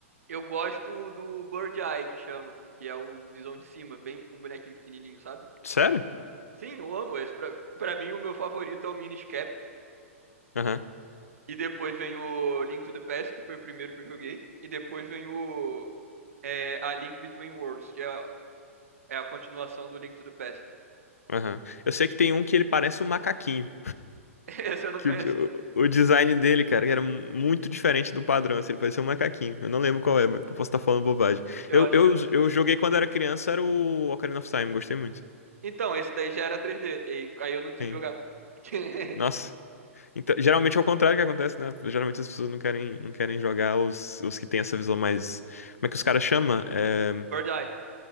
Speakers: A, on the right (about 75°); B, on the left (about 80°).
A: eu gosto do Bird Eye que chama, que é o visão de cima, bem com bonequinho pequenininho, sabe?
B: Sério?
A: Sim, eu amo esse. Pra, pra mim o meu favorito é o Minish Cap
B: Aham,
A: e depois vem o Link to the Past, que foi o primeiro que eu joguei, e depois vem o é, a Link Between Worlds, que é, a- é a continuação do Link to the Past.
B: aham. Eu sei que tem um que ele parece um macaquinho.
A: <laughs> Esse eu não
B: que
A: conheço,
B: o, de- o-
A: não.
B: o design dele, cara, era muito diferente do padrão, assim, ele parecia um macaquinho. Eu não lembro qual é, mas eu posso estar falando bobagem.
A: Eu
B: Eu,
A: acho
B: eu,
A: que eu não conheço.
B: eu joguei quando era criança, era o Ocarina of Time, gostei muito.
A: Então, esse daí já era 3D, e aí eu não quis
B: Sim.
A: jogar. <laughs> Porque-
B: Nossa. Então, geralmente é o contrário que acontece, né? Geralmente as pessoas não querem, não querem jogar os, os que têm essa visão mais. Como é que os caras chamam? É...
A: Bird Eye,